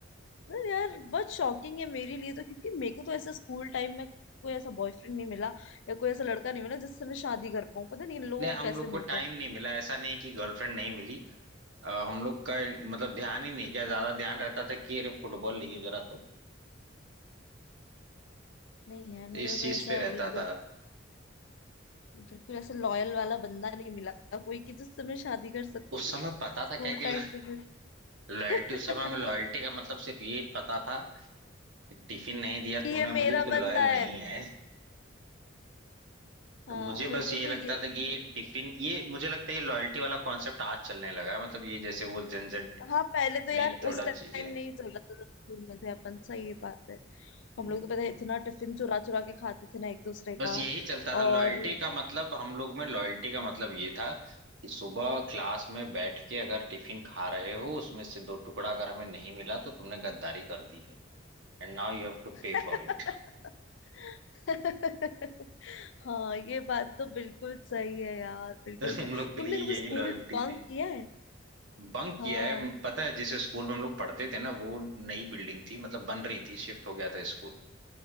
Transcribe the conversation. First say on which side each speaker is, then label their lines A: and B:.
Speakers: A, on the left (about 70°); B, on the right (about 70°).
A: यार बहुत शॉकिंग है मेरे लिए तो क्योंकि मेरे को तो ऐसा स्कूल टाइम में कोई ऐसा बॉयफ्रेंड नहीं मिला या कोई ऐसा लड़का नहीं मिला जिससे मैं शादी कर पाऊँ पता नहीं इन लोगों
B: नहीं
A: को
B: हम
A: कैसे
B: लोग को टाइम
A: मिलता है
B: नहीं मिला ऐसा नहीं कि गर्लफ्रेंड नहीं मिली अ, हम लोग का मतलब ध्यान ही नहीं गया ज्यादा ध्यान रहता था कि अरे फुटबॉल लीजिए जरा तो
A: नहीं यार मेरे
B: इस
A: को
B: चीज
A: कोई ऐसा
B: पे रहता
A: बिल्कुल
B: था
A: बिल्कुल ऐसा लॉयल वाला बंदा नहीं मिला कोई कि जिससे मैं शादी कर सकती
B: उस समय
A: <laughs>
B: पता
A: स्कूल
B: था क्या कि
A: टाइम में
B: लॉयल्टी
A: <laughs>
B: उस समय में लॉयल्टी का मतलब सिर्फ ये पता था कि टिफिन नहीं दिया
A: कि
B: तूने
A: ये मेरा
B: मुझे तो लॉयल
A: बंदा है
B: नहीं है तो
A: हाँ
B: मुझे बस
A: वही तो
B: ये
A: बोल रही
B: लगता
A: हूँ ये
B: था कि ये टिफिन ये मुझे लगता है ये लॉयल्टी वाला कॉन्सेप्ट आज चलने लगा है मतलब ये जैसे वो जनजेट
A: हाँ पहले तो यार
B: में थोड़ा
A: उस
B: चीजें
A: टाइम नहीं चलता था जब स्कूल में थे अपन सही ये बात है
B: हम्म,
A: हम लोग तो पता है इतना टिफिन चुरा चुरा के खाते थे ना एक दूसरे
B: बस
A: का
B: यही चलता था
A: और
B: लॉयल्टी का मतलब हम लोग में लॉयल्टी का मतलब ये था कि सुबह क्लास में बैठ के अगर टिफिन खा रहे हो उसमें से दो टुकड़ा अगर हमें नहीं मिला तो तुमने गद्दारी कर दी है And now you have to
A: <laughs>
B: pay for it
A: हाँ ये बात तो बिल्कुल सही है यार
B: <laughs>
A: बिल्कुल
B: तो
A: सही
B: हम लोग के
A: तुमने
B: लिए
A: कभी
B: यही
A: स्कूल
B: लॉयल्टी
A: बंक
B: थी
A: किया है
B: बंक
A: हाँ
B: किया है पता है जिस स्कूल में हम लोग पढ़ते थे ना वो नई बिल्डिंग थी मतलब बन रही थी शिफ्ट हो गया था स्कूल